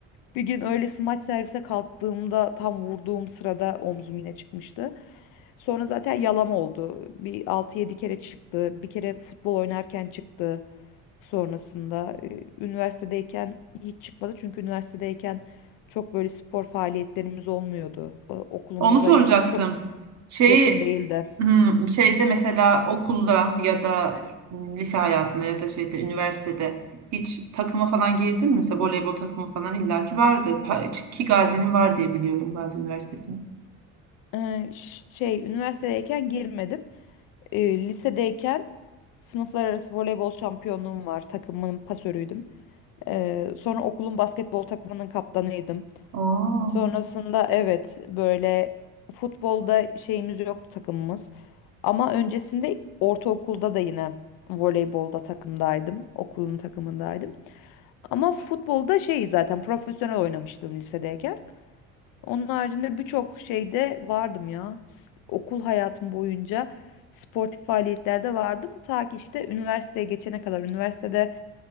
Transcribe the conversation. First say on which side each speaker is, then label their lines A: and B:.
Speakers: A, on the left; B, on the right.
A: Bir gün öyle smaç servise kalktığımda tam vurduğum sırada omzum yine çıkmıştı. Sonra zaten yalama oldu. Bir altı yedi kere çıktı. Bir kere futbol oynarken çıktı sonrasında. Eee, Üniversitedeyken hiç çıkmadı çünkü üniversitedeyken çok böyle spor faaliyetlerimiz olmuyordu. O- Okulumuza
B: Onu soracaktım.
A: ya- çok
B: Şeyi
A: yakın değildi.
B: hmm, şeyde mesela okulda ya da hmm, lise hayatında ya da şeyde üniversitede hiç takıma falan girdin mi? Mesela voleybol takımı falan illaki vardır. Ha, Ki Gazi'nin var diye biliyorum Gazi Üniversitesi'nin.
A: Eee, ş- şey üniversitedeyken girmedim. e, lisedeyken sınıflar arası voleybol şampiyonluğum var. Takımın pasörüydüm. Ee, sonra okulun basketbol takımının kaptanıydım.
B: Oo.
A: Sonrasında evet böyle futbolda şeyimiz yoktu takımımız. Ama öncesinde ortaokulda da yine voleybolda takımdaydım. Okulun takımındaydım. Ama futbolda şey zaten profesyonel oynamıştım lisedeyken. Onun haricinde birçok şeyde vardım ya. S- Okul hayatım boyunca sportif faaliyetlerde vardım. Ta ki işte üniversiteye geçene kadar. Üniversitede